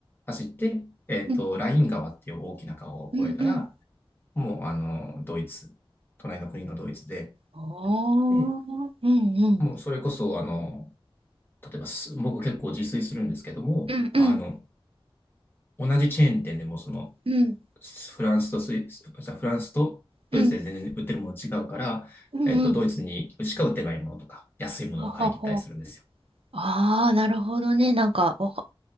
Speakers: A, on the left; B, on the right.
A: 走って、えっと、
B: うん
A: ライン川っていう大きな川を越えたら、
B: うんうん。
A: もう、あの、ドイツ、隣の国のドイツで、
B: おー。
A: で、
B: うんうん。
A: もうそれこそ、あの、例えばす、僕結構自炊するんですけども、
B: うんうん
A: あの、同じチェーン店でもその、
B: うん
A: フランスとスイス、フランスとドイツで全然売ってるもの違うから、
B: うんうんうん
A: えっと、ドイツにしか売ってないものとか、安いものを買いに行ったりするんですよ。
B: ほほほああー、なるほどね。なんか、わか